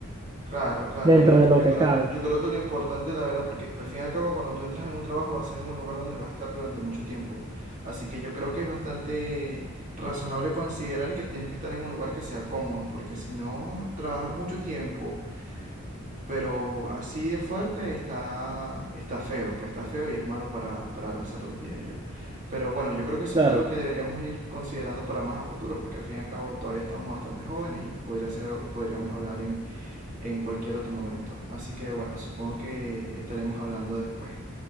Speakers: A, on the right (about 35°); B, on the right (about 20°).
A: Claro, claro.
B: dentro
A: Y
B: de lo
A: yo
B: que
A: creo,
B: cabe.
A: yo creo que lo importante, la verdad, porque al fin y al cabo, cuando tú entras en un trabajo, va a ser en un lugar donde vas a estar durante mucho tiempo. Así que yo creo que es bastante razonable considerar que tienes que estar en un lugar que sea cómodo, porque si no, trabajar mucho tiempo, pero así de fuerte está, está feo, pues está feo y es malo para, para la salud, diré yo. Pero bueno, yo creo que eso
B: Claro.
A: es algo que deberíamos ir considerando para más a futuro, porque al fin y al cabo todavía estamos bastante jóvenes y podría ser algo que podríamos hablar en cualquier otro momento. Así que bueno, supongo que estaremos hablando después.